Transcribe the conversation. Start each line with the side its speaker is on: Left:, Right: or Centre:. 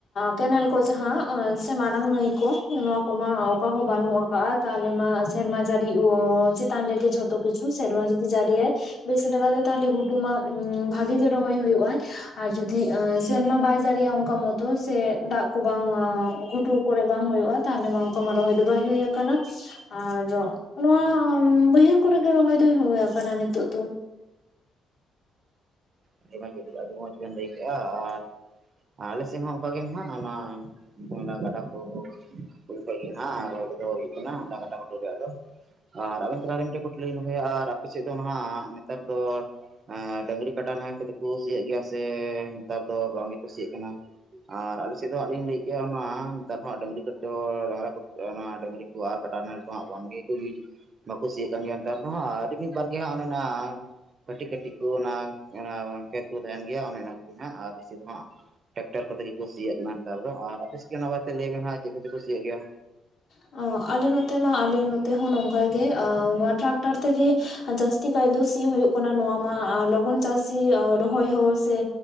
Left: ᱠᱮᱱᱮᱞ ᱠᱚ ᱡᱟᱦᱟᱸ ᱥᱮ ᱢᱟᱨᱟᱝ ᱱᱟᱹᱭ ᱠᱚ ᱱᱚᱣᱟ ᱠᱚᱢᱟ ᱚᱠᱟ ᱦᱚᱸ ᱵᱟᱹᱱᱩᱜ ᱠᱟᱜ-ᱟ᱾ ᱛᱟᱦᱚᱞᱮ ᱢᱟ ᱥᱮᱨᱢᱟ ᱡᱟᱹᱲᱤ ᱪᱮᱛᱟᱱ ᱨᱮᱜᱮ ᱡᱷᱚᱛᱚ ᱠᱤᱪᱷᱩ ᱥᱮᱨᱢᱟ ᱡᱩᱫᱤ ᱡᱟᱹᱲᱤᱭᱟᱭ, ᱵᱮᱥ ᱞᱮᱠᱟᱛᱮ ᱛᱟᱦᱞᱮ ᱜᱷᱩᱴᱩ ᱢᱟ ᱵᱷᱟᱜᱤ ᱡᱮ ᱨᱚᱦᱚᱭ ᱦᱩᱭᱩᱜᱼᱟ ᱟᱨ ᱡᱩᱫᱤ ᱥᱮᱱᱢᱟ ᱵᱟᱭ ᱡᱟᱹᱨᱤᱭᱟ ᱠᱚ ᱢᱚᱛᱚ, ᱥᱮ ᱫᱟᱜ ᱠᱚ ᱵᱟᱝ ᱜᱷᱩᱴᱩ ᱠᱚᱨᱮ ᱵᱟᱝ ᱦᱩᱭᱩᱜᱼᱟ ᱛᱟᱦᱚᱞᱮ ᱢᱟ ᱚᱱᱠᱟ ᱢᱟ ᱨᱚᱦᱚᱭ ᱫᱚ ᱵᱟᱭ ᱦᱩᱭ ᱟᱠᱟᱱᱟ᱿ ᱟᱨ ᱱᱚᱣᱟ ᱵᱟᱹᱭᱦᱟᱹᱲ ᱠᱚᱨᱮᱜ ᱜᱮ ᱨᱚᱦᱚᱭ ᱫᱚ ᱦᱩᱭ ᱟᱠᱟᱱᱟ ᱱᱤᱛᱚᱜ ᱫᱚ᱿
Right: ᱟᱹᱰᱤ ᱢᱚᱸᱡᱽ ᱩᱫᱩᱜᱼᱟ ᱟᱹᱰᱤ ᱢᱚᱸᱡᱽ ᱵᱮᱱ ᱞᱟᱹᱭ ᱠᱮᱜᱼᱟ ᱟᱨ ᱟᱞᱮ ᱥᱮᱱ ᱦᱚᱸ ᱚᱱᱠᱟᱜ ᱜᱮ ᱱᱟᱦᱟᱜ ᱚᱱᱟ᱿ ᱜᱟᱰᱟ ᱠᱚ <unintelligible> ᱦᱩᱭᱩᱜ ᱠᱟᱱᱟ ᱜᱟᱰᱟ ᱜᱷᱩᱴᱩ ᱟᱫᱚ, ᱟᱨ ᱟᱵᱮᱱ ᱛᱟᱞᱟ ᱨᱮᱱ <unintelligible> ᱫᱚᱦᱚᱭᱟ ᱟᱨ ᱟᱯᱮ ᱥᱮᱫ ᱫᱚ ᱱᱟᱜ ᱱᱮᱛᱟᱨ ᱫᱚ, ᱰᱟᱹᱝᱨᱤ ᱠᱟᱰᱟ ᱱᱟᱦᱮᱞ ᱠᱟᱛᱮ ᱠᱩ ᱥᱤ ᱭᱮᱜ ᱜᱮᱭᱟ ᱥᱮ ᱱᱮᱛᱟᱨ ᱫᱚ ᱵᱟᱝ ᱜᱮ ᱠᱩ ᱥᱤᱭᱮᱜ ᱠᱟᱱᱟ? ᱟᱨ ᱟᱞᱮ ᱥᱮᱫ ᱫᱚ ᱦᱟᱸᱜ ᱞᱤᱧ ᱞᱟᱹᱭ ᱠᱮᱜᱟ ᱚᱱᱟ, ᱛᱟᱨ ᱯᱚᱨᱮ ᱦᱟᱸᱜ ᱰᱟᱹᱝᱨᱤ ᱠᱚᱴᱚ ᱰᱟᱝᱨᱟ ᱠᱚ ᱚᱱᱟ ᱰᱟᱹᱝᱨᱤ ᱠᱩ ᱟᱨ ᱠᱟᱴᱟ ᱱᱟᱦᱮᱞ ᱠᱚ ᱦᱟᱸᱜ ᱵᱟᱝ ᱜᱮ ᱠᱚ ᱤᱭᱟᱹ ᱡᱩᱛ ᱾ ᱵᱟᱠᱩ ᱥᱤᱭᱟᱜ ᱠᱟᱱ ᱜᱮᱭᱟ ᱱᱮᱛᱟᱨ ᱫᱚ ᱦᱟᱸᱜ ᱟᱹᱰᱤ ᱢᱤᱫ ᱵᱟᱨ ᱜᱮ ᱦᱟᱸᱜ ᱚᱱᱮ ᱚᱱᱟ ᱠᱟᱹᱴᱤᱡ ᱠᱟᱹᱴᱤᱡ ᱠᱩ ᱚᱱᱟ ᱚᱱᱟ ᱵᱟᱝ ᱠᱷᱮᱛ ᱠᱚ ᱜᱮᱭᱟ ᱚᱱᱮ ᱚᱱᱟ ᱠᱚᱜᱮ ᱦᱟᱸᱜ ᱟᱨ ᱵᱤᱥᱤ ᱫᱚ ᱦᱟᱸᱜ ᱴᱮᱠᱴᱟᱨ ᱠᱚᱛᱮ ᱜᱮᱠᱩ ᱥᱤᱭᱮᱜ ᱠᱟᱱᱟ ᱱᱮᱛᱟᱨ ᱫᱚ, ᱟᱨ ᱟᱯᱮ ᱥᱮᱫ ᱚᱱᱟ ᱵᱟᱨᱮᱛᱮ ᱞᱟᱹᱭᱵᱤᱱ ᱦᱟᱸᱜ ᱪᱮᱫ ᱠᱚᱪᱚ ᱠᱚ ᱥᱤᱭᱮᱜ ᱜᱮᱭᱟ?
Left: ᱚ, ᱟᱞᱮ ᱱᱚᱛᱮ ᱢᱟ ᱟᱞᱮ ᱱᱚᱛᱮ ᱦᱚᱸ ᱱᱚᱝᱠᱟᱜ ᱜᱮ ᱮᱸ ᱱᱚᱣᱟ ᱴᱨᱟᱠᱴᱟᱨ ᱛᱮᱜᱮ ᱡᱟᱥ ᱛᱤ ᱠᱟᱭ ᱫᱚ ᱥᱤ ᱦᱳᱭᱳᱜ ᱠᱟᱱᱟ ᱱᱚᱣᱟ ᱢᱟ ᱞᱚᱜᱚᱱ ᱪᱟᱹᱥᱤ ᱨᱚᱦᱚᱭ ᱦᱚᱸ ᱥᱮ